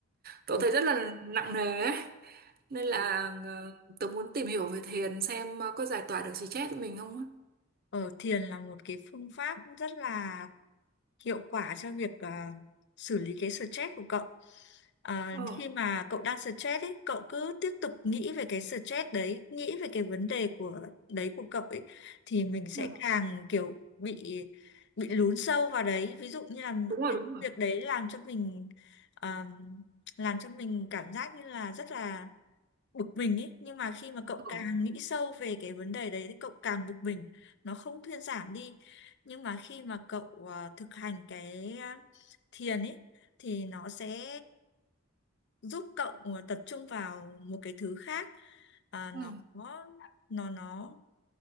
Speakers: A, on the right; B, on the left.
A: tớ
B: ừ.
A: thấy rất là nặng nề ấy. Nên là
B: ừ.
A: ờ, tớ muốn tìm hiểu về thiền xem ờ, có giải tỏa được xì chết cho mình không. á.
B: Ờ, thiền là một cái phương pháp rất là hiệu quả cho việc à, xử lý cái stress của cậu. À,
A: Ờ,
B: khi mà cậu đang stress ấy, cậu cứ tiếp tục nghĩ về cái stress đấy, nghĩ về cái vấn đề của đấy của cậu ấy thì mình sẽ
A: ừ,
B: càng kiểu bị bị lún sâu vào đấy. Ví dụ như là
A: đúng rồi,
B: cái
A: đúng rồi.
B: việc đấy làm cho mình à, làm cho mình cảm giác như là rất là bực mình ấy nhưng mà khi mà cậu
A: Ừ,
B: càng nghĩ sâu về cái vấn đề đấy thì cậu càng bực mình nó không thuyên giảm đi nhưng mà khi mà cậu à, thực hành cái à, thiền ấy thì nó sẽ giúp cậu à, tập trung vào một cái thứ khác à, nó
A: ừ,
B: nó nó